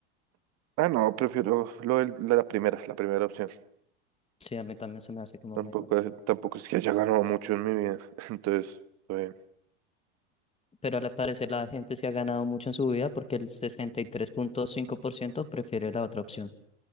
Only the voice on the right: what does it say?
Ah, no, prefiero lo del- la la primera, la primera opción.
Tampoco
es, tampoco es que haya ganado mucho en mi vida. <laughs> Entonces, está bien.